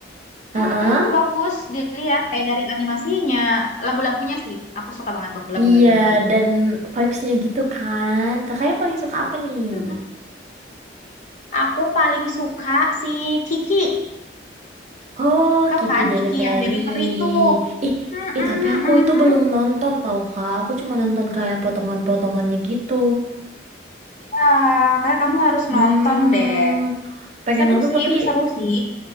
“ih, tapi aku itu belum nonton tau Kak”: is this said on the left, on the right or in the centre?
Right